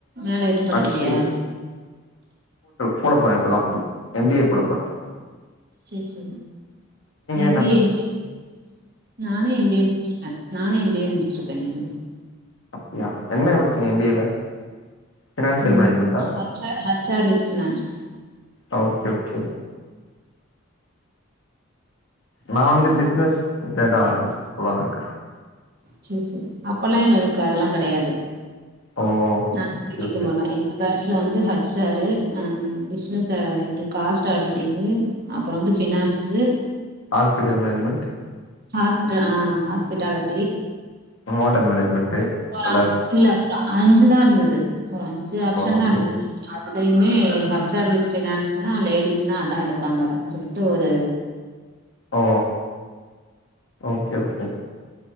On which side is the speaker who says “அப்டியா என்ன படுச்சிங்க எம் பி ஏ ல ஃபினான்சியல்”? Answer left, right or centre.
Left